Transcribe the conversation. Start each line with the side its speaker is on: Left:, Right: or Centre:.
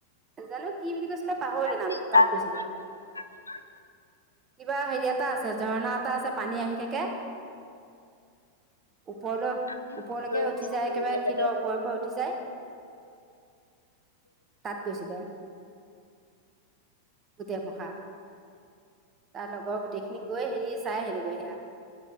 Right: জানো কি বুলি কৈছিলে পাহৰিলো
Left: ৰাজি
Right: নামটো, তাত
Left: ৰাজিমাৰ
Right: গৈছিলে।
Left: ক'ত ৰাজিমাৰ
Right: কিবা হেৰি এটা আছে ঝৰ্ণা এটা আছে পানী আহি থাকে। ওপৰলৈ
Left: আছেও
Right: ওপৰলৈকে
Left: আমাৰ ইয়াতে
Right: উঠি
Left: চাবলগীয়া
Right: যায় একেবাৰে
Left: জেগা
Right: শিলৰ
Left: গৰম
Right: ওপৰে ওপৰে পৰা উঠি যায়। তাত গৈছিলে। গোটেমখা। তাৰ লগৰ গোটেইখিনি গৈ হেৰি চাই আহিলেগৈ সেয়া।